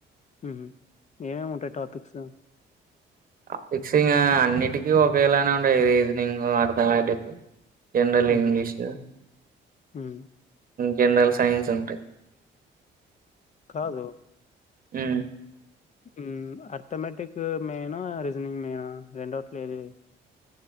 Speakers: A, on the left; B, on the right.
A: ఉహు ఏమేమి ఉంటాయి టాపిక్స్
B: టాపిక్స్ ఇంగ అన్నిటికిీ ఒకలానే ఉండాయి రీజనింగ్ అర్ధమ్యాటిక్ జనరల్
A: ఉహు
B: ఇంగ్లీష్
A: ఉహు
B: జనరల్ సైన్స్ ఉంటాయి
A: కాదు
B: ఉమ్
A: ఉ అర్థమెటిక్ మేయినా రీజనింగ్ మెయినా రెండిట్లో ఏది